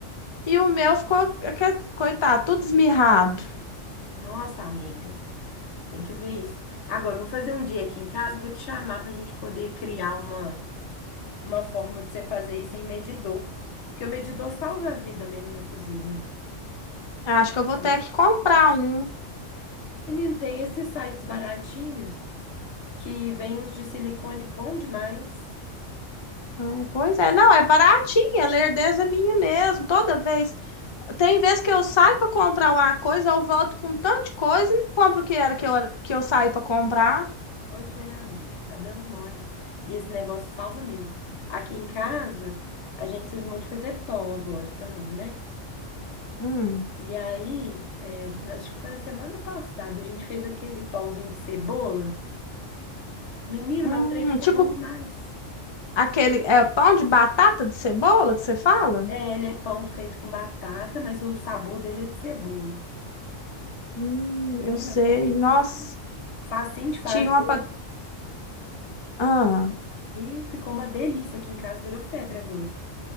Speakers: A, on the left; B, on the left.
A: e o meu ficou, aque- coitado, tudo esmirrado.
B: Nossa, amiga, tem que ver isso. Agora, eu vou fazer um dia aqui em casa, vou te chamar para a gente poder criar uma, uma forma de você fazer isso em medidor. Porque o medidor salva a vida mesmo na cozinha.
A: Acho que eu vou ter
B: É.
A: que comprar um.
B: Menino, tem esses sites baratinhos que vêm uns de silicone bom demais.
A: Hum, Pois é, não, é baratinha, lerdeza é minha mesmo. Toda vez. Tem vezes que eu saio para comprar uma coisa, eu volto com tanto de coisa e não compro o que era que eu, que eu saí para comprar.
B: Pois é, amiga, tá dando mole. E esse negócio salva mesmo. Aqui em casa, a gente se esmou de fazer pão agora também, né?
A: Hum.
B: E aí, é, acho que foi na semana passada, a gente fez aquele pãozinho de cebola. Menino,
A: Hum,
B: meu trem ficou
A: tipo
B: bom demais.
A: aquele é, pão de batata de cebola que você fala?
B: É, ele é pão feito com batata, mas o sabor dele é de cebola.
A: Hum,
B: Menina,
A: eu sei.
B: fofinho,
A: Nossa,
B: facinho de fazer.
A: tinha uma. pa- Ah.
B: E ficou uma delícia aqui em casa, virou febre agora.